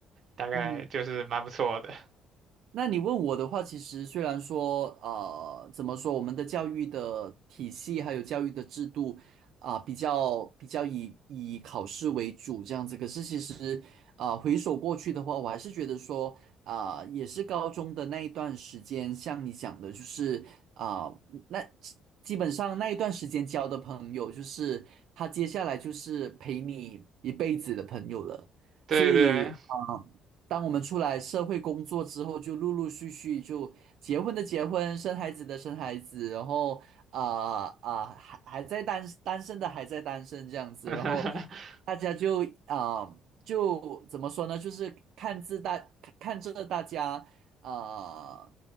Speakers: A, on the right (about 45°); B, on the right (about 65°).
A: 大概就是蛮不错的。
B: 嗯。
A: <laughs>
B: 那你问我的话，其实虽然说，呃，怎么说，我们的教育的体系还有教育的制度啊、比较比较以以考试为主这样子，可是其实啊、回首过去的话，我还是觉得说，啊、也是高中的那一段时间，像你讲的，就是啊、那基基本上那一段时间交的朋友，就是他接下来就是陪你一辈子的朋友了，
A: 对对，
B: 所以。啊。当我们出来社会工作之后，就陆陆续续就结婚的结婚，生孩子的生孩子，然后啊啊、还还在单单身的还在单身这样子，
A: <laughs>
B: 然后大家就啊、就怎么说呢？就是看自大看看着大家啊、